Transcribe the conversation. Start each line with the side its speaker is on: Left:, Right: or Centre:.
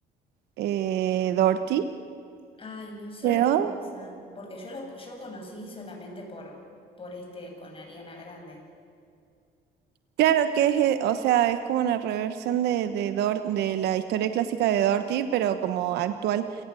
Right: eh, Dorothy,
Left: Ay, no sé,
Right: creo.
Left: esa. Porque yo lo yo conocí solamente por, por este con Ariana Grande.
Right: Claro que es, eh, o sea, es como una reversión de, de, Dor- de la historia clásica de Dorothy, pero como actual.